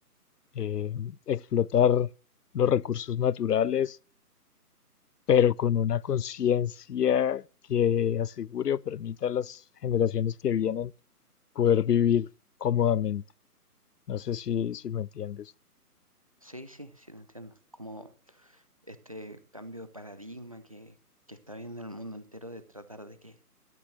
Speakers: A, on the left (about 80°); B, on the right (about 25°).
A: eh, explotar los recursos naturales pero con una conciencia que asegure o permita a las generaciones que vienen poder vivir cómodamente. No sé si, si me entiendes
B: Sí, sí, sí, te entiendo. Como este cambio de paradigma que, que está viendo el mundo entero de tratar de que,